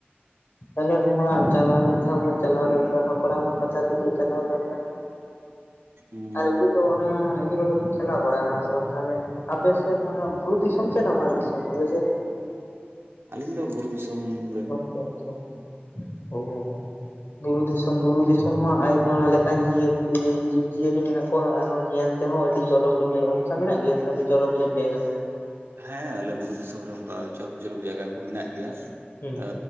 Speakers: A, on the left; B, on the right.
A: ᱛᱟᱦᱞᱮ ᱚᱱᱟ ᱢᱟ ᱪᱟᱞᱟᱣ ᱞᱮᱱᱠᱷᱟᱱ ᱢᱟᱼᱼ ᱪᱟᱞᱟᱣ ᱫᱚᱨᱠᱟᱨ ᱦᱟᱯᱲᱟᱢ ᱠᱟᱛᱷᱟ ᱛᱮᱫᱚ ᱪᱟᱞᱟᱣ ᱫᱚᱨᱠᱟᱨ,
B: ᱦᱩᱸ
A: ᱟᱨᱤᱧ ᱵᱩᱪᱼᱼ ᱛᱚ ᱚᱱᱟ ᱤᱭᱟᱹ ᱠᱚᱫᱚ ᱵᱤᱱ ᱪᱟᱞᱟᱣ ᱵᱟᱲᱟ ᱟᱠᱟᱱᱟ ᱥᱮ ᱵᱟᱝ ᱛᱟᱦᱚᱞᱮ? ᱟᱯᱮ ᱥᱮ ᱢᱟ ᱵᱩᱨᱩ ᱫᱤᱥᱚᱢ ᱥᱮ ᱱᱟᱢᱟᱞ ᱫᱤᱥᱚᱢ ᱟᱯᱮ ᱥᱮᱫ <unintelligible>
B: ᱟᱹᱞᱤᱧ ᱫᱚ ᱵᱩᱨᱩ ᱫᱤᱥᱚᱢ ᱾
A: ᱟᱪᱪᱷᱟ ᱟᱪᱪᱷᱟ ᱾ <unintelligible> ᱵᱩᱨᱩ ᱫᱤᱥᱚᱢ ᱵᱩᱨᱩ ᱫᱤᱥᱚᱢ ᱢᱟ, ᱟᱭᱢᱟ ᱞᱮᱠᱟᱱ ᱡᱤᱭᱟᱹᱞᱤ ᱡᱤᱵᱽ ᱡᱤᱭᱟᱹᱞᱤ ᱢᱮᱱᱟᱜ ᱠᱚᱣᱟ ᱟᱨᱦᱚᱸ ᱧᱮᱞ ᱧᱮᱞ ᱛᱮᱦᱚᱸ ᱟᱹᱰᱤ ᱪᱚᱨᱚᱠ ᱜᱮ ᱧᱮᱞᱚᱜᱼᱟ, ᱚᱱᱠᱟ ᱢᱮᱱᱟᱜ ᱜᱮᱭᱟ ᱥᱮ ᱟᱹᱰᱤ ᱪᱚᱨᱚᱠ ᱧᱚᱜ ᱡᱟᱭᱜᱟ ᱠᱚ?
B: ᱦᱮᱸ ᱟᱞᱮ ᱵᱩᱨᱩ ᱫᱤᱥᱚᱢ ᱨᱮ ᱚᱱᱠᱟ ᱪᱚᱨᱚᱠ ᱪᱚᱨᱚᱠ ᱡᱟᱭᱜᱟ ᱠᱚ ᱢᱮᱱᱟᱜ ᱜᱮᱭᱟ ᱾
A: ᱦᱩᱸ
B: ᱮᱻ